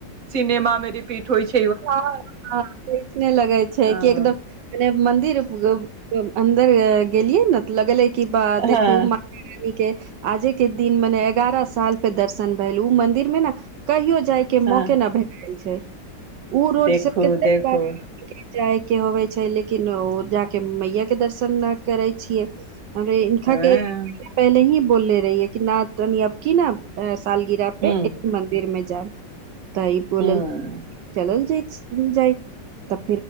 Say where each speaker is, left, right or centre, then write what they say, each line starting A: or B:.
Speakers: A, on the right; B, on the right.
A: सिनेमा मे रिपीट होइ छैय
B: हँ- हँ नीक नहि लगै छैय
A: हँ
B: कि एकदम <unintelligible> <unintelligible> अन्दर ग गेलियै नेऽ त लगलै कि बा
A: हँ
B: देखू <unintelligible> के आजे के दिन मने एगार साल पै दरसन भेल उ मंदिर में न कहियो जे जाय के
A: हँ
B: मौके न भेटल छैय। ओ रोड
A: देखू
B: से कते
A: देखू
B: बार <unintelligible> जाय के होबे छै लेकिन ओ जाक मैया के दर्शन नहि करै छियै हमरे इनका
A: हँ
B: के पहिले ही बोल ले रही है कि न तनी अब की न सालगिराह
A: हूँ
B: पे एक मन्दिर मे जा तइपोलल
A: हूँ
B: चलल जेछ जाइ त